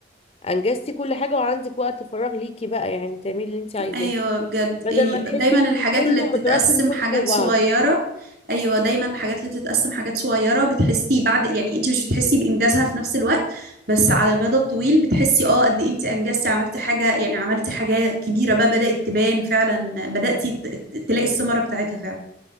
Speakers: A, on the left; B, on the right.
A: أنجزتي كل حاجة وعندك وقت فراغ ليكي بقى يعني تعملي اللي انت عايزاه
B: ايوه بجد
A: بدل
B: يعني
A: ما تحسي
B: دايما
A: ان
B: الحاجات
A: كله
B: اللي بتتقسم
A: متراكم كله
B: حاجات
A: فوق بعضه
B: صغيره ايوه دايما الحاجات اللي بتتقسم حاجات صغيره بتحسي بعد يعني انت مش بتحسي بانجازها في نفس الوقت بس على المدى الطويل بتحسي اه قد ايه انت انجزتي عملتي حاجه يعني عملتي حاجه كبيره بقى بدات تبان فعلا بداتي ت- ت- تلاقي الثمره بتاعتها فعلا